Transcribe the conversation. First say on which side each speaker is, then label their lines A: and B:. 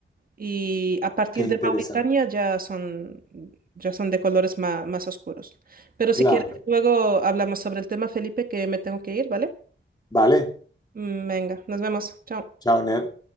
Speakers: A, on the right; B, on the left.
A: Y a partir
B: qué interesante.
A: de Mauritania ya son, ya son de colores ma- más, oscuros. Pero
B: Claro.
A: si quieres, luego hablamos sobre el tema, Felipe, que me tengo que ir, ¿vale?
B: Vale,
A: Mm, Venga, nos vemos. Chao.
B: chao, Ner.